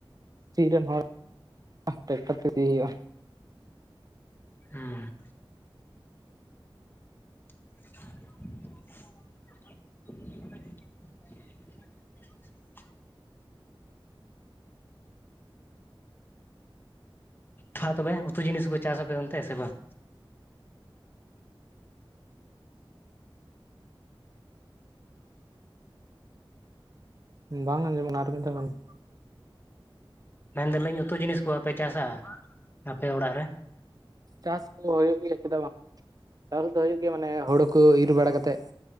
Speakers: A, on the right (about 45°); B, on the left (about 25°).
A: ᱪᱮᱫ ᱨᱮᱱ ᱦᱚᱲ ᱴᱨᱟᱠᱴᱟᱨ ᱛᱮ ᱤᱫᱤᱭ ᱦᱩᱭᱩᱜᱼᱟ
B: ᱦᱩᱸ <unintelligible> <inaudible> ᱛᱷᱟ <inaudible> ᱛᱚᱵᱮ ᱩᱛᱩ ᱡᱤᱱᱤᱥ ᱠᱚ ᱠᱚ ᱪᱟᱥ ᱟ ᱥᱮ ᱚᱱᱛᱮ ᱵᱟᱝ
A: ᱵᱟᱝ ᱟᱸᱡᱚᱢᱚᱜ ᱠᱟᱱᱟ ᱟᱨ ᱢᱤᱫ ᱫᱷᱟᱣ ᱨᱚᱲ ᱢᱮ
B: ᱢᱮᱱ ᱫᱟᱞᱤᱧ ᱩᱛᱩ ᱡᱤᱱᱤᱥ ᱠᱚᱦᱚᱸ ᱯᱮ ᱪᱟᱥᱟ ᱟᱯᱮ ᱚᱲᱟᱜ ᱨᱮ
A: ᱪᱟᱥ ᱠᱚ ᱦᱩᱭᱩᱜ ᱜᱮᱭᱟ ᱪᱮᱫᱟᱜ ᱵᱟᱝ ᱪᱟᱥ ᱫᱚ ᱦᱩᱭᱩᱜ ᱜᱮᱭᱟ ᱢᱟᱱᱮ ᱦᱳᱲᱳ ᱠᱳ ᱤᱨ ᱵᱟᱲᱟ ᱠᱟᱛᱮᱫ